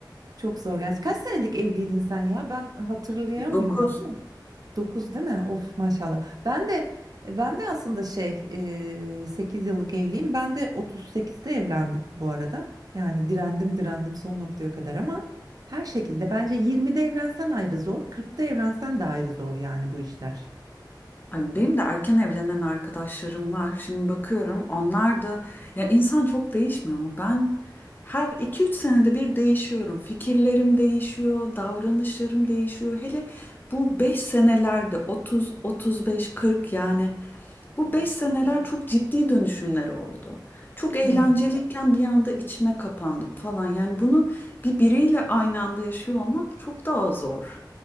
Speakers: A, on the right; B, on the left.
A: Çok zor gerçi. Kaç senelik evliydin sen ya? Ben hatırlayamıyorum.
B: dokuz
A: 9 değil mi? Of maşallah. Ben de ben de aslında şey 8 yıllık evliyim. Ben de otuz sekizde evlendim bu arada. Yani direndim direndim son noktaya kadar ama her şekilde bence 20'de evlensen ayrı zor, 40'ta evlensen de ayrı zor yani bu işler.
B: Ay benim de erken evlenen arkadaşlarım var. Şimdi bakıyorum onlar da ya insan çok değişmiyor mu? Ben her iki üç senede bir değişiyorum. Fikirlerim değişiyor, davranışlarım değişiyor. Hele bu 5 senelerde 30, 35, 40 yani bu
A: Evet.
B: 5 seneler çok ciddi dönüşümler oldu. Çok eğlenceliyken
A: Evet.
B: bir anda içime kapandım falan. Yani bunu bir biriyle aynı anda yaşıyor olmak çok daha zor.